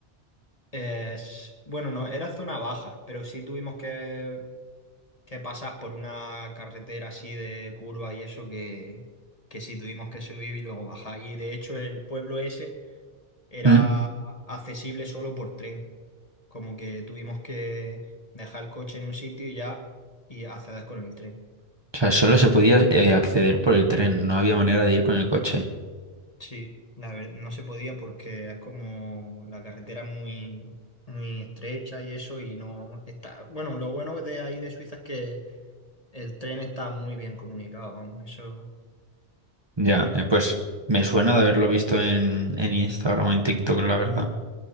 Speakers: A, on the left; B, on the right.
A: Es, bueno, no, era zona baja, pero sí tuvimos que que pasas por una carretera así de curva y eso que, que sí tuvimos que subir y luego bajar. Y de hecho el pueblo ese era
B: Mm.
A: accesible solo por tren. Como que tuvimos que dejar el coche en un sitio y ya y acceder con el tren.
B: O sea, solo se podía eh, acceder por el tren, no había manera de ir con el coche.
A: Sí, la ver- no se podía porque es como la carretera es muy, muy estrecha y eso y no está... Bueno, lo bueno de ahí de Suiza es que el tren está muy bien comunicado, vamos, eso
B: Ya,
A: no hay problema.
B: eh, pues me suena de haberlo visto en, en Instagram o en TikTok, la verdad.